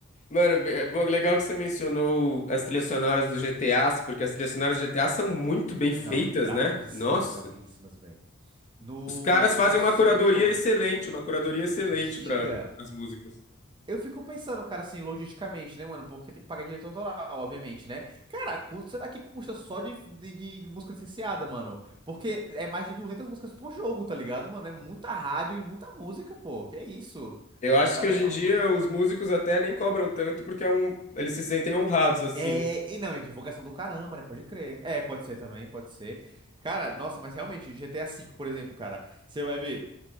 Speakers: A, on the left (about 35°); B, on the right (about 20°).
A: Mano, é bom- legal que você mencionou as trilhas sonoras dos GTAs, porque as trilhas sonoras do GTA são muito bem feitas,
B: Não, brabíssimas,
A: né? Nossa.
B: brabíssimas, velho. No,
A: Os caras fazem
B: no
A: uma
B: cinco
A: curadoria excelente, uma curadoria excelente
B: Diga!
A: para as músicas.
B: Eu fico pensando, cara, assim, logisticamente, né, mano? Porque tem que pagar direito autoral, obviamente, né? Cara, quanto será que custa só de, de, de música licenciada, mano? Porque é mais de 200 músicas por jogo, tá ligado, mano? É muita rádio e muita música, pô. Que é isso?
A: Eu acho
B: Os caras
A: que hoje
B: gastaram.
A: em dia os músicos até nem cobram tanto porque é um, eles se sentem honrados assim,
B: É, e não, é divulgação do caramba, né? Pode crer. É, pode ser também, pode ser. Cara, nossa, mas realmente, GTA V, por exemplo, cara, você vai ver.